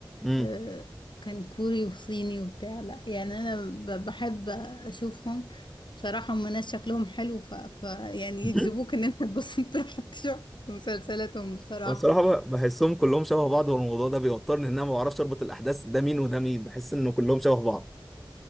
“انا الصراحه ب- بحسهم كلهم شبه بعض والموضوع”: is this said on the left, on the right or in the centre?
Centre